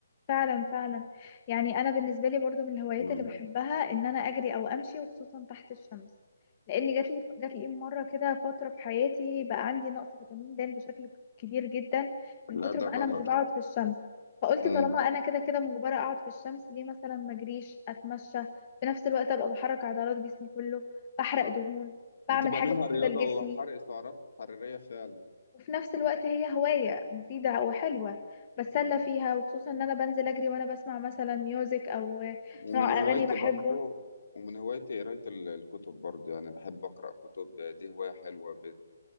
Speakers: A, on the left; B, on the left.
A: فعلا فعلا يعني انا بالنسبة لي برضو من الهوايات
B: مم.
A: اللي بحبها ان انا اجري او امشي وخصوصا تحت الشمس لان جات لي جات لي مرة كده فترة في حياتي بقى عندي نقص فيتامين د بشكل كبير جدا من
B: لا
A: كتر
B: ده
A: ما انا
B: غلط
A: مش بقعد في الشمس فقلت
B: مم.
A: طالما انا كده كده مجبرة اقعد في الشمس ليه مثلا ما اجريش اتمشى في نفس الوقت ابقى بحرك عضلات جسمي كله بحرق دهون بعمل
B: هتبقى
A: حاجة
B: منها
A: مفيدة
B: رياضة
A: لجسمي
B: وحرق سعرات حرارية فعلا
A: وفي نفس الوقت هي هواية مفيدة وحلوة بتسلى
B: مم.
A: فيها وخصوصا ان انا بنزل اجري وانا بسمع مثلا ميوزك او
B: ومن
A: نوع
B: هوايتي
A: اغاني بحبه
B: برضو ومن هوايتي قراية ال- الكتب برضو يعني بحب أقرأ كتب دي هواية حلوة بت